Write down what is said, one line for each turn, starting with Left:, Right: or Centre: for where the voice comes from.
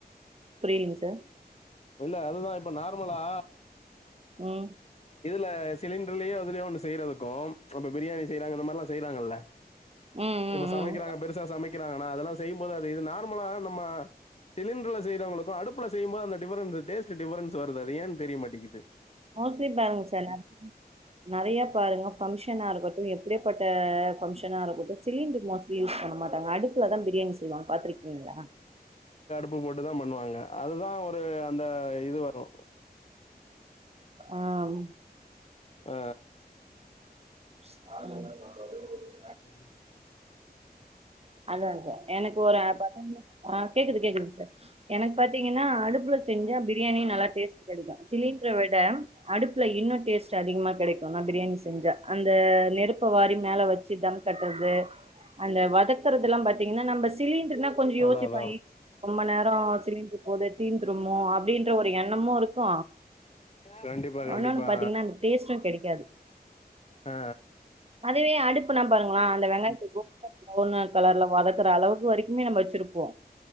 Right: புரியலீங்க சார்
Left: இல்ல அதுதா இப்ப நார்மலா
Right: ம்
Left: இதுல சிலிண்டர்லயே அதுலயே ஒண்ணு செய்றதுக்கும் அப்ப பிரியாணி செய்யறங்க அந்த மாரிலா செய் இருக்காங்கல்ல
Right: ம் ம்
Left: இப்ப சமைக்கறாங்க
Right: ம்
Left: பெருசா சமைக்கறாங்கன்னா அதெல்லா செய்ம் போதாது நார்மல நம்ம சிலிண்டர்ல செய்றவங்களுக்கு அடுப் அடுப்புல செய்போது அந்த டிஃப்பரன்ஸ் டேஸ்ட் டிஃப்பரன்ஸ் வருது ஏன் தெரியமாட்டிங்கது
Right: மோஸ்லி பாருங்க சார் நெறைய பாருங்க பங்சனா இருக்கட்டு எப் அப்டியே போட் த பங்க்ஷனா இருக்கட்டு சிலிண்டர் மோஸ்ட்லி யூஸ் பண்ண மாட்டாங்க அடுப்புலதா பிரியாணி செய்வாங்க பாத்திருக்கீங்களா
Left: ப்பு போட்டுதா பண்ணுவாங்க அதுதா ஒரு அந்த இது வ ஓ
Right: ஆம்
Left: ஆ
Right: <inaudible>
Left: ம்
Right: அதா அதா எனக்கு ஒரு பத்தாங் ஆ கேக்குது கேக்குதுங் சார் எனக்கு பாத்தீங்கன்னா அடுப்புல செஞ்சா பிரியாணி நல்லா டேஸ்ட் கெடைக்கு சிலிண்டர வி விட அடுப்புல இன்னு டேஸ்ட் அதிகமா கெடைக்குல்ல பிரியாணி செஞ்சா இந்த நெருப்பு வாரி மேல வெச் சு தம் கட்றது அந்த வதக்கறதுதெல்லாம் பாத்தீங்கன்னா நம்ப சிலிண் டர்னா கொஞ்சோ
Left: அதான்
Right: யோசிபாயி
Left: அதான்
Right: ரொம்ப நேர சிலின்டர் போது தீந்துருமோ அப்டின்ற ஒரு எண்ணமு இருக்கு
Left: கண்டிப்பா கண்டிப்பா
Right: இன்னொன்னு பாத்தீங்கன்னா அந்த டேஸ்ட்டும் கெடைக்காது
Left: ஆ,
Right: அதுவே அடுப் புன்னா பாருங்களா அந்த வெங்காயத் பிரவுன் கலர்ல வதக்குற அளவுக்கு வரைக் எப்புமே நம்ம வெச்சுருப்போ